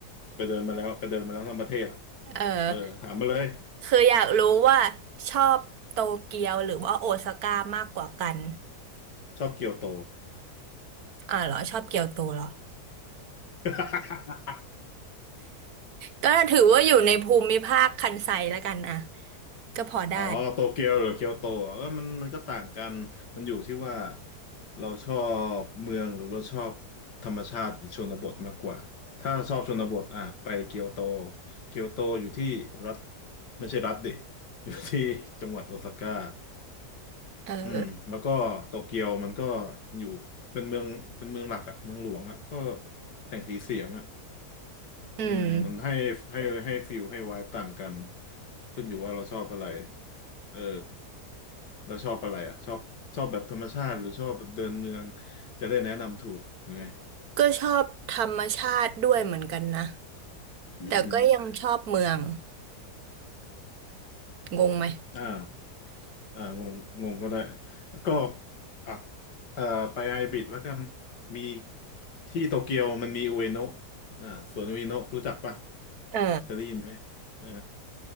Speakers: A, on the left (about 90°); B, on the right (about 65°).
A: ไปเดินมาแล้วไปเดินมาแล้วทั้งประเทศอ่ะ
B: เออ
A: เออถามมาเลย
B: คืออยากรู้ว่าชอบโตเกียวหรือว่าโอซาก้ามากกว่ากัน
A: ชอบเกียวโต
B: อ่าเหรอชอบเกียวโตเหรอ
A: <laughs>
B: ก็ถือว่าอยู่ในภูมิภาคคันไซแล้วกันอ่ะก็พอได้
A: อ๋อโตเกียวหรือเกียวโตอ่ะเออมันมันก็ต่างกันมันอยู่ที่ว่าเราชอบเมืองหรือเราชอบธรรมชาติหรือชนบทมากกว่าถ้าชอบชนบทอ่ะไปเกียวโต เกียวโตอยู่ที่รัฐไม่ใช่รัฐดิอยู่ที่จังหวัดโอซาก้า
B: เออ
A: อืมแล้วก็โตเกียวมันก็อยู่เป็นเมืองเป็นเมืองหลักอะเมืองหลวงอะก็แสงสีเสียงอะ
B: อืม
A: อืมมันให้ให้ให้ฟิลให้ไวายต่างกันขึ้นอยู่ว่าเราชอบอะไรเออแล้วชอบอะไรอะชอบชอบแบบธรรมชาติหรือชอบแบบเดินเมืองจะได้แนะนำถูกยังไง
B: ก็ชอบธรรมชาติด้วยเหมือนกันนะ
A: อือฮึ
B: แต่ก็ยังชอบเมืองงงไหม
A: อ่าอ่างงงงก็ได้แล้วก็อ่ะเอ่อไปไฮบริดแล้วกันมีที่โตเกียวมันมีอุเอโนะอ่าสวนอุเอโนะรู้จักปะ
B: เออ
A: เคยได้ยินไหมเออ